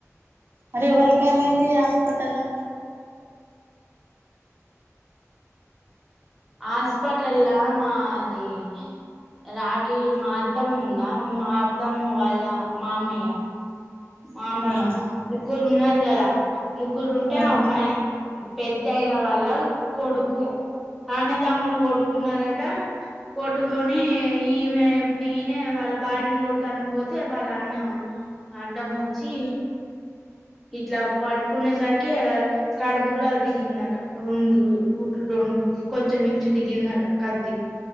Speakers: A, on the right; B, in the centre.
A: అరేవరికి ఏమైంది అ పట్టలా
B: హాస్పిటల్లా మాది రాఖీ మా అత్తమ్మ ఉందా మా అత్తమ్మ వాళ్ళ మామయ్య మమయ్య
A: ఆహా
B: ముగ్గురు ఉన్నారు కదా ముగ్గురు ఉంటే
A: ఆ
B: ఒక ఆయన పెద్దయిన వాళ్ళ కొడుకు అన్నదమ్ములు కొట్టుకున్నరట కొట్టుకొని ఈమె ఈయనే వాళ్ళ భార్యను కొడతాని పోతే వాళ్ళ అన్న అడ్డమొచ్చి ఇట్లా పట్టుకునే సరికే కడుపులా దిగిందట రెండు కుట్లు రెండు కొంచెం మించు దిగిందట కత్తి